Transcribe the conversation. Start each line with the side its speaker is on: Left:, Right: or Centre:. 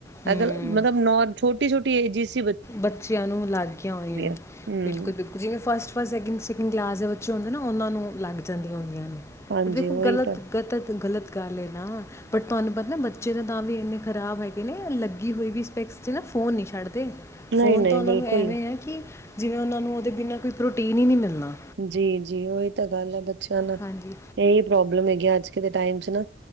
Left: ਹੂੰ
Right: ਅਗਰ ਮਤਲਬ ਨੋ ਛੋਟੀ-ਛੋਟੀ। ਜਿਸ,
Left: ਬੱਚਿਆਂ ਨੂੰ ਲੱਗੀਆਂ ਆਦੀਆਂ
Right: ਹੂੰ
Left: ਬਿਲਕੁਲ-ਬਿਲਕੁਲ ਜਿਵੇਂ ਫਸਟ ਸਕਿੰਡ ਕਲਾਸ ਦੇ ਬੱਚੇ ਹੁੰਦੇ ਨਾ ਉਹਨਾਂ ਨੂੰ ਲੱਗ ਜਾਂਦੀਆਂ ਹੇਗੀਆ ਨੇ।
Right: ਹਾਂਜੀ
Left: ਪਰ ਦੇਖੋ
Right: ਉਹੀ
Left: ਗ਼ਲਤ-ਗ਼ਲਤ-ਗ਼ਲਤ
Right: ਤਾਂ
Left: ਗੱਲ ਹੈ ਨਾ ਬਟ ਤੁਹਾਨੂੰ ਪਤਾ ਨਾ ਬੱਚੇ ਤਾਂ ਤਾਂ ਵੀ ਇੰਨੇ ਖਰਾਬ ਹੈਗੇ ਨੇ ਲੱਗੀ ਹੋਈ ਵੀ ਸਪੈਕਸ 'ਚ ਨਾ ਫੋਨ ਨਹੀਂ ਛੱਡਦੇ
Right: ਨਹੀਂ
Left: ਫੋਨ
Right: ਨਹੀਂ
Left: ਤਾਂ ਉਹਨਾਂ
Right: ਬਿਲਕੁਲ
Left: ਨੂੰ ਐਵੇਂ ਹੈ ਕਿ ਜਿਵੇਂ ਉਹਨਾਂ ਨੂੰ, ਉਹਦੇ ਬਿਨਾਂ ਕੋਈ ਪ੍ਰੋਟੀਨ ਹੀ ਨਹੀਂ ਮਿਲਣਾ
Right: ਜੀ -ਜੀ ਉਹੀ ਤਾਂ ਗੱਲ ਹੈ ਬ <inaudible> ਬੱਚਿਆ ਨਾਲ,
Left: ਹਾਂਜੀ
Right: ਇਹੀ ਪ੍ਰੋਬਲਮ ਹੈਗੀ ਅੱਜ ਦੇ ਟਾਈਮ ਚ ਨਾ